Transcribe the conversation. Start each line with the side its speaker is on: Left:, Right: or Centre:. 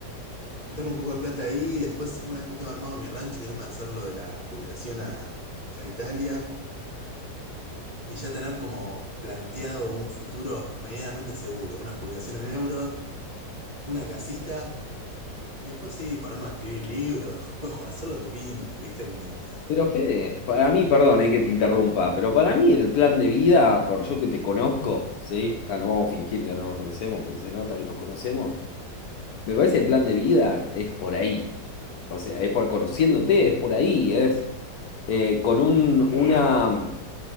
Right: Meterle un poco de plata ahí y después, una vez que tengo armado mi rancho, irme a hacer lo de la jubilación a, a Italia y ya tener como planteado un futuro medianamente seguro, una jubilación en euros, una casita y después sí, ponerme a escribir libros <laughs> o hacer lo que pinte, ¿viste? Como.
Left: Pero Fede, para mí, perdón, eh, que te interrumpa, pero para mí el plan de vida, por yo que te conozco, ¿sí? Acá no vamos a fingir que no nos conocemos, porque se nota que nos conocemos. Me parece que el plan de vida es por ahí. O sea, es por conociéndote, es por ahí, es eh, con un, una